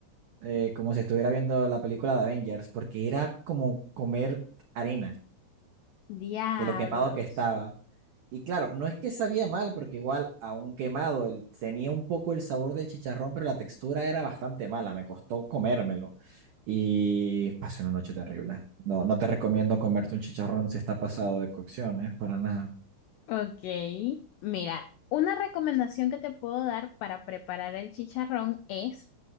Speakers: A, on the right; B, on the left.
A: eh, como si estuviera viendo la película de Avengers, porque era como comer arena
B: Diablos.
A: de lo quemado que estaba. Y claro, no es que sabía mal, porque igual, aún quemado, el- tenía un poco el sabor del chicharrón, pero la textura era bastante mala, me costó comérmelo. Y pasé una noche terrible. No, no te recomiendo comerte un chicharrón si está pasado de cocción, ¿eh? Para nada.
B: Ok, mira, una recomendación que te puedo dar para preparar el chicharrón es